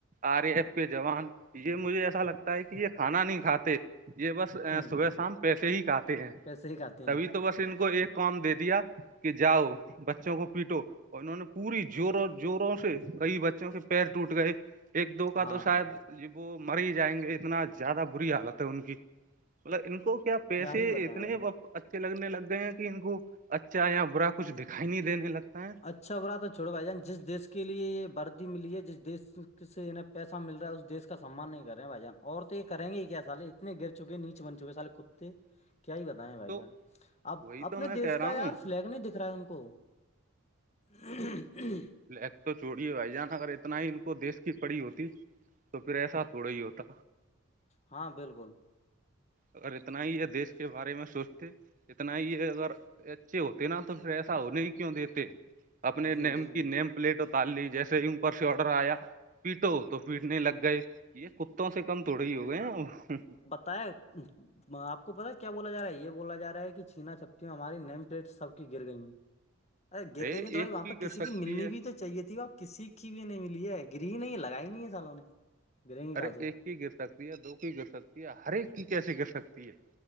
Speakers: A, on the right (about 40°); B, on the left (about 30°).
A: آر اے ایف کے جوان یہ مجھے ایسا لگتا ہے کہ یہ کھانا نہیں کھاتے یہ بس
B: ہ
A: صبح شام پیسے ہی کاتتے ہیں
B: پیسے ہی کھاتے
A: تبھی
B: ہیں
A: تو بس ان کو ایک کام دے دیا کہ جاؤ بچوں کو پیٹو اور انہوں نے پوری زوروں زوروں سے کئی بچوں کے پیر ٹوٹ گئے ایک دو کا
B: ہاں
A: تو شاید ج وہ مر ہی جائیں گے اتنا زیادہ بری حالت ہے ان کی مطلب ان کو کیا پیسے
B: ہی بتائیں
A: اتنےچ
B: بھائی
A: ا لگنے لگ گئے ہیں کہ ان کو اچھا یا برا کچھ دکھائی نہیں دینے لگتا ہے
B: اچھا ہو رہا تو چھڑو بھائی جان جس دیش کے لیے یہ بردی ملی ہے جس دیش سےا پیسہ مل رہا ہے اس دیش کا سمان نہیں کرے ہیں بھائی جان اور تو یہ کریں گے کیا سالے اتنے گر چکے نیچ بن چکے سالے کتے
A: <inaudible>
B: کیا ہی بتائیں بھائی
A: تو
B: جان اب
A: وہی
B: اپنے
A: تو میں
B: دیش
A: کہہ رہا
B: کا یار
A: ہوں
B: فلگ نہیں دکھ رہا ہے ان کو ہاں ہ <unintelligible>
A: لیک تو چوڑیے بھائی جان اگر اتنا ہی ان کو دیش کی پڑی ہوتی تو پھر ایسا تھوڑا ہی ہوتا
B: ہاں بالکل
A: اگر اتنا ہی یہ دیش کے بارے میں سوچتے اتنا ہی ہے اگر اچھے ہوتے نا تو پھر ایسا ہونے ہی کیوں دیتے اپنے
B: جی
A: نیم
B: بالکل
A: کی نیم پلیٹ ا تال لی جیسے ہی اوپر سے آڈر آیا پیٹو تو پیٹنے لگ گئے یہ کتوں سے کم تھوڑے ہی ہو گئے ن
B: ت <unintelligible> آپ کو پتا کیا بولا جا ہے یہ بولا جا رہا ہے کہ چھییننا چھپتی میں ہماری نیم پلیٹس سب کی گر گئی ہیں ارے گر گئی
A: ایک
B: ہیں تو بھائی وہاں پہ
A: گر
B: کسی کی
A: سکتی
B: ملنی
A: ہے
B: بھی تو چاہے تھی ب کسی کی بھی نہیں ملی ہے گری نہیں لگائی نہیں ہے سالوں نے گریں گی
A: ارے
B: کہاں سے
A: ایک کی گر سکتی ہے دو کی گر سکتی ہے ہر ایک کی کیسے گر سکتی ہے